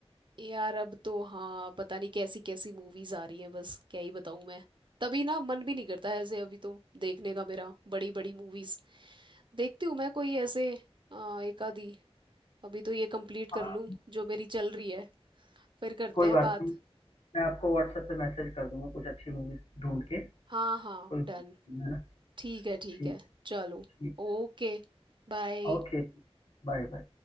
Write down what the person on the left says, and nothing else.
हाँ
कोई
बात
नहीं मैं आपको व्हाट्सएप पे मैसेज कर दूंगा कुछ अच्छी मूवीज ढूंढ के
कोई है
ना
ठीक
ठीक
ओके Bye bye